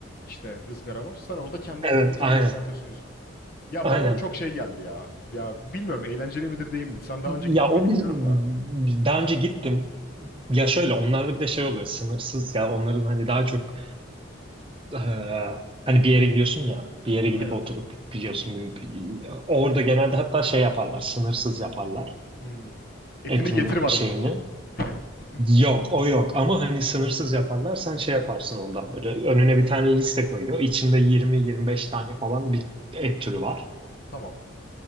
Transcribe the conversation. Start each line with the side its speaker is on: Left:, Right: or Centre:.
Left: işte ızgara var. Sen orada kendi
Right: Evet,
Left: etini kendin
Right: aynen.
Left: kızartıyorsun. yiyorsun. Ya
Right: Aynen.
Left: bana o çok şey geldi ya. Ya bilmiyorum eğlenceli midir değil midir. Sen daha
Right: Ya
Left: önce gittin
Right: o
Left: mi bilmiyorum
Right: biz
Left: da.
Right: daha önce gittim. Ya şöyle onlarda bir de şey oluyor sınırsız ya onların hani daha çok eee, hani bir yere gidiyorsun ya bir yere
Left: Aynen.
Right: gidip oturup biliyorsun orada genelde hatta şey yaparlar sınırsız yaparlar
Left: Hmm. Etini
Right: etin
Left: getir var
Right: şeyini.
Left: mı peki? <laughs>
Right: Yok o yok ama hani sınırsız yaparlar sen şey yaparsın ondan böyle önüne bir tane liste koyuyor içinde yirmi yirmi beş tane falan bir et türü var.
Left: Tamam.